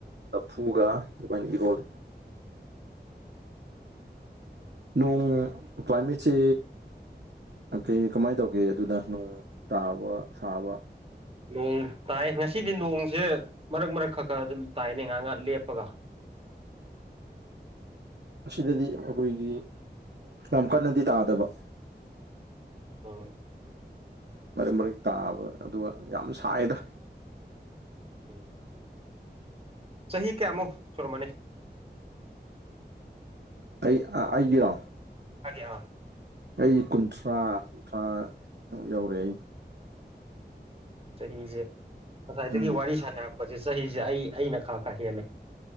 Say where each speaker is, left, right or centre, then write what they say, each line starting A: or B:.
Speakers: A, on the right; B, on the right.
A: ꯂꯐꯨꯒ ꯑꯗꯨꯃꯥꯏꯅ ꯏꯔꯣꯜꯂꯦ ꯅꯣꯡ ꯀ꯭ꯂꯥꯏꯃꯦꯠꯁꯦ ꯀꯩ ꯀꯃꯥꯏꯅ ꯇꯧꯒꯦ ꯑꯗꯨꯅ ꯅꯣꯡ ꯇꯥꯕ ꯁꯥꯕ
B: ꯅꯣꯡ ꯇꯥꯏ ꯉꯁꯤꯗꯤ ꯅꯣꯡꯁꯦ ꯃꯔꯛ ꯃꯔꯛ ꯈꯛ ꯈ ꯑꯗꯨꯝ ꯇꯥꯏꯅꯦ ꯉꯍ ꯉꯍꯥꯛ ꯂꯦꯞꯄꯒ
A: ꯑꯁꯤꯗꯗꯤ ꯑꯩꯈꯣꯏꯒꯤ ꯌꯥꯝ ꯀꯟꯅꯗꯤ ꯇꯥꯗꯕ
B: ꯑꯣ
A: ꯃꯔꯛ ꯃꯔꯛ ꯇꯥꯕ ꯑꯗꯨꯒ ꯌꯥꯝ ꯁꯥꯏꯗ
B: ꯎꯝ ꯆꯍꯤ ꯀꯌꯥꯃꯨꯛ ꯁꯨꯔꯝꯃꯅꯤ
A: ꯑꯩ ꯑꯩꯒꯤꯔꯣ
B: ꯑꯦ <unintelligible>
A: ꯑꯩ ꯀꯨꯟꯊ꯭ꯔꯥ ꯀꯨꯟꯊ꯭ꯔꯥ ꯌꯧꯔꯛꯑꯦ ꯑꯩ
B: ꯆꯍꯤꯁꯦ ꯉꯁꯥꯏꯗꯒꯤ
A: ꯎꯝ
B: ꯋꯥꯔꯤ ꯁꯥꯟꯅꯔꯛꯄꯁꯦ ꯆꯍꯤꯁꯦ ꯑꯩ ꯑꯩꯅ ꯈꯥ ꯀꯁꯤ ꯑ ꯂꯩꯦ